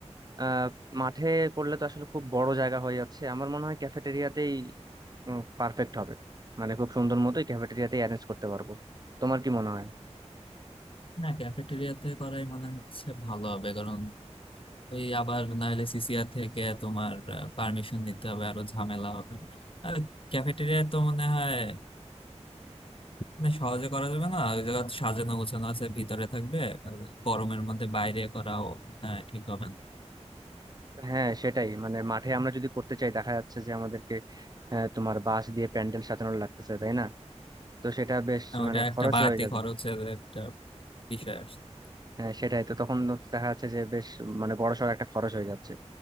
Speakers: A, on the right; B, on the left.
A: আহ মাঠে করলে তো আসলে খুব বড় জায়গা হয়ে যাচ্ছে আমার মনে হয় ক্যাফেটেরিয়াতেই পারফেক্ট হবে মানে খুব সুন্দর মতোই ক্যাফেটেরিয়াতেই অ্যারেঞ্জ করতে পারবো তোমার কি মনে হয়
B: না ক্যাফেটেরিয়াতে করাই মনে হচ্ছে ভালো হবে কারণ ওই আবার নাহলে সিসিআর থেকে তোমার পারমিশন নিতে হবে আরো ঝামেলা হবে আর ক্যাফেটেরিয়া তো মনে হয় মানে সহজে করা যাবে না ওই জায়গা সাজানো গোছানো আছে ভিতরে থাকবে আর গরমের মধ্যে বাইরে করাও মনে হয় ঠিক হবে না
A: হ্যাঁ সেটাই মানে মাঠে আমরা যদি করতে চাই দেখা যাচ্ছে যে আমাদেরকে আহ, তোমার বাঁশ দিয়ে প্যান্ডেল সাজানো লাগতেছে তাই না তো সেটা বেশ
B: আর ওটা
A: মানে
B: একটা
A: খরচ
B: বাড়তি
A: হয়ে যাবে
B: খরচের একটা বিষয় আসছে
A: হ্যাঁ সেটাই তো তখন দেখা যাচ্ছে যে বেশ মানে বড়সড় একটা খরচ হয়ে যাচ্ছে